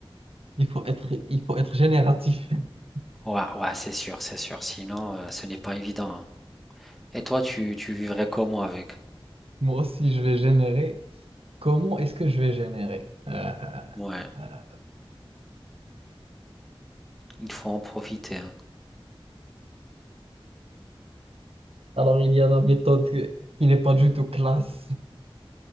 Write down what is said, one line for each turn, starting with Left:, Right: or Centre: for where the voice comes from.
Right: Il faut être, il faut être génératif. <laughs>
Centre: Ouais, ouais, c'est sûr, c'est sûr. Sinon, euh, ce n'est pas évident. hein. Et toi, tu, tu vivrais comment avec?
Right: Moi aussi, je vais générer. Comment est-ce que je vais générer? Euh,
Centre: Ouais,
Right: euh, euh.
Centre: il faut en profiter. hein.
Right: alors, il y a la méthode qui qui n'est pas du tout classe.